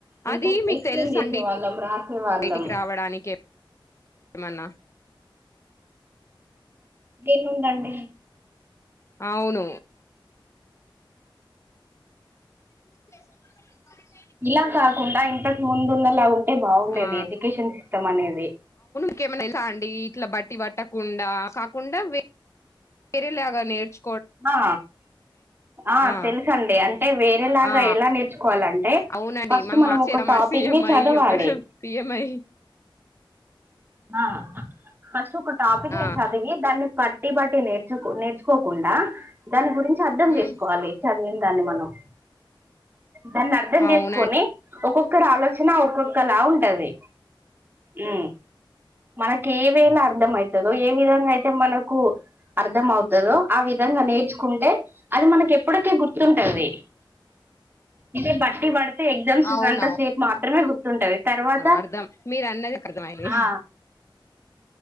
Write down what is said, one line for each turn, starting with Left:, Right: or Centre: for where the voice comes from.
Right: ఇంత
Left: అది మీకు
Right: ఎక్స్ప్లెయిన్
Left: తెలుసా
Right: చేసే
Left: అండి
Right: వాళ్ళం రాసే వాళ్ళం
Left: బయటికి రావడానికి ఏమన్నా
Right: దేన్నుందండి
Left: అవును చేస్తున్నావా మేడం పని
Right: ఇలా కాకుండా ఇంతక్ ముందున్న లాగా బాగుండేది
Left: ఆ
Right: ఎడ్యుకేషన్కి మత్తం అనేది
Left: ఇంకేమైనా తెల్సా అండి ఇట్లా బట్టి పట్టకుండా కాకుండా తెరిలాగ నేర్చు
Right: అ అ
Left: ఆ
Right: తెలుసండి అం టె వే రేలాగా
Left: ఆ
Right: ఎలా నేర్చుకోవాలంటే
Left: అవునండి
Right: ఫస్ట్
Left: మేము
Right: మనం
Left: మార్చేద్దామండి
Right: ఒక టాపిక్
Left: సీఎం
Right: ని
Left: అయి
Right: చదవాలే
Left: ఒక సీఎం అయి
Right: అ ఫస్ట్ ఒక టాపిక్
Left: ఆ
Right: ని చదివి దాన్ని పట్టి బట్టి నేర్చు నేర్చుకోకుండా దాని గురించి అర్థం చేసుకోవాలి
Left: ఉమ్,
Right: చదివింది దాన్ని మనం దాన్ని అర్ధం
Left: అవునండి
Right: చేసుకొని ఒకొక ఒక్కరి ఆలోచన ఒక్కొక్కలా ఉంటది ఉ మనకి ఏవేళ అర్థం అవుతుందో, ఏ విధంగా అయితే మనకు అర్థం అవుతుందో ఆ విధంగా నేర్చుకుంటే అది మనకి ఎప్పటికీ గుర్తుంటది. ఇదే బట్టి పడితే ఎగ్జామ్స్
Left: అవునవును
Right: ఉన్నంత సేప్ మాత్రమే గుర్తు ఉంటది. తర్వాత
Left: అర్ధం మీరు అన్నది అర్థమైంది
Right: ఆ